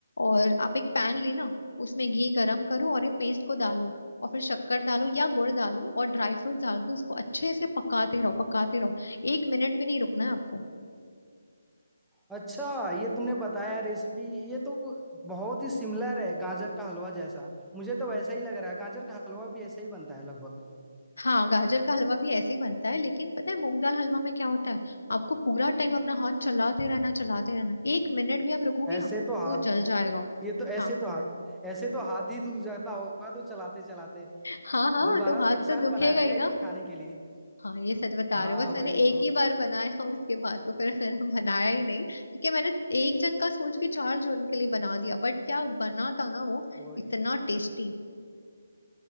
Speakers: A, on the left (about 75°); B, in the centre.
A: और आप एक पैन लेना उसमें घी गरम करो और ये पेस्ट को डालो और फिर शक्कर डालो या गुड़ डालो और ड्राई फ्रूट डाल के उसको अच्छे से पकाते रहो पकाते रहो एक मिनट भी नहीं रुकना है आपको
B: अच्छा ये तुमने बताया रेसिपी ये तो बहुत ही सिमिलर है गाजर का हलवा जैसा मुझे तो वैसा ही लग रहा है गाजर का हलवा भी ऐसे ही बनता है लगभग
A: हाँ गाजर का हलवा भी ऐसे ही बनता है लेकिन पता है मूंग दाल हलवा में क्या होता है आपको पूरा टाइम अपना हाथ चलाते रहना चलाते रहना एक मिनट भी आप रुकोगे
B: ऐसे
A: ना
B: तो हाथ
A: तो वो जल जाएगा
B: ये तो
A: हाँ
B: ऐसे तो हाथ ऐसे तो हाथ ही दूर जाता होगा तो चलाते चलाते
A: हाँ हाँ
B: दोबारा
A: तो हाथ
B: से इंसान
A: तो दुखेगा
B: बनाएगा
A: ही ना
B: ही नहीं खाने के लिए
A: हाँ ये सच बता
B: हाँ
A: रहे हो बस
B: वही
A: मैंने एक
B: तो
A: ही बार बनाया <laughs> उसके बाद तो फिर मैंने बनाया ही नहीं क्योंकि मैंने एक जन का सोच के चार जन के लिए बना दिया बट क्या बना था ना वो
B: वही
A: इतना टेस्टी